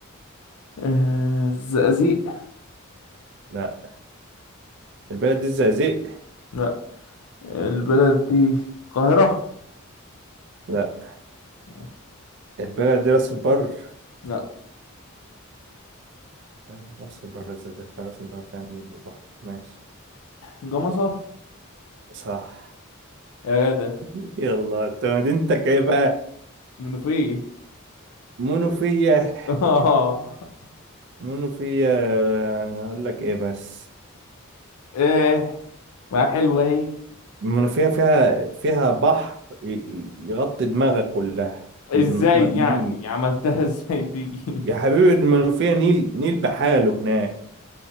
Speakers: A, on the left; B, on the right.
A: آه، الزقازيق
B: لا البلد دي الزقازيق
A: لا البلد دي القاهرة
B: <laughs> لا
A: ماشي.
B: البلد دي راس البر
A: لا
B: أيوة، راس البر الزقازيق فيها راس البر فيها نيل وبحر ماشي
A: جمصة
B: صح
A: يا جدع
B: <laughs> يلا انت مدينتك ايه بقى
A: منوفية
B: منوفية
A: <laughs>
B: منوفية يعني اقول لك ايه بس
A: ايه ما حلوة اهي
B: المنوفية فيها فيها بحر ي- ي- يغطي دماغك كلها
A: ازاي
B: م- م-
A: يعني
B: نيل
A: عملتها ازاي دي
B: يا حبيبي المنوفية نيل نيل بحاله هناك